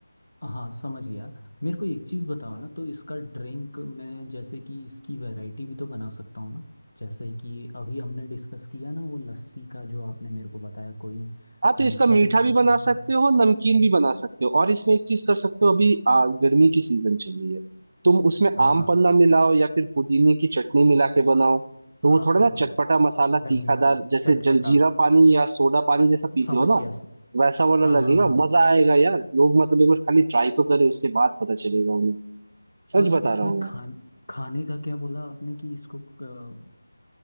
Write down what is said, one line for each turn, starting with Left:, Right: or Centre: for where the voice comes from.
Left: हाँ समझ गया मेरे को एक चीज़ बताओ ना तो इसका ड्रिंक मैं जैसे कि इसकी वैरायटी भी तो बना सकता हूँ ना जैसे कि अभी हमने डिस्कस किया ना वो लस्सी का जो आपने मेरे को बताया कोई
Right: हाँ तो
Left: मीठा
Right: इसका मीठा
Left: पीना
Right: भी
Left: पसंद
Right: बना सकते
Left: करता है
Right: हो नमकीन भी बना सकते हो और इसमें एक चीज कर सकते हो अभी आ, गर्मी की सीजन चल रही है तुम उसमें
Left: हाँ
Right: आम
Left: हाँ
Right: पन्ना मिलाओ या फिर पुदीने की चटनी मिला के बनाओ तो
Left: हाँ
Right: वो थोड़ा ना चटपटा मसाला
Left: गर्मियों
Right: तीखादार
Left: के
Right: जैसे
Left: चटपटा
Right: जलजीरा पानी या सोडा पानी जैसा पीते
Left: समझ
Right: हो ना
Left: गया सम-
Right: वैसा वाला
Left: हाँ
Right: लगेगा
Left: हाँ हाँ
Right: मजा आएगा यार लोग मतलब एक बार खाली ट्राई तो करे उसके बाद पता चलेगा उन्हें सच
Left: और
Right: बता
Left: इसमें
Right: रहा हूँ
Left: खान
Right: यार
Left: खाने का क्या बोला आपने कि इसको अ,